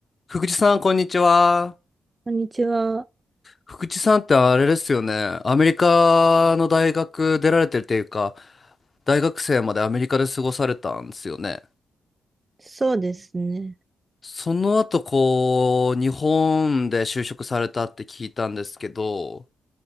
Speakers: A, on the left; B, on the right.
A: 福地さん、こんにちは。
B: こんにちは。
A: 福地さんってあれですよね。アメリカの大学出られてるっていうか、大学生までアメリカで過ごされたんですよね。
B: そうですね。
A: その後、こう、日本で就職されたって聞いたんですけど、